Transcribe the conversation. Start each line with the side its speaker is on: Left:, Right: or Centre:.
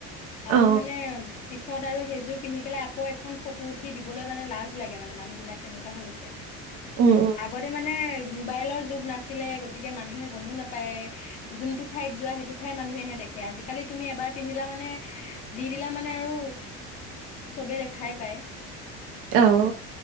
Left: আৰু
Right: অ
Left: মানে পিছত আৰু সেইযোৰ পিন্ধি পেলাই আকৌ এখন ফটো উঠি দিবলৈ মানে লাজ লাগে মানে মানুহ বিলাক তেনেকুৱা হৈ গৈছে।
Right: উম উম
Left: আগতে মানে মোবাইলৰ যুগ নাছিলে গতিকে মানুহে গমো নাপায় যোনটো ঠাইত যোৱা সেইটো ঠাইত মানুহেহে দেখে আজিকালি তুমি এবাৰ পিন্ধিলা মানে দি দিলা মানে আৰু চবে দেখাই পায়।
Right: আহ।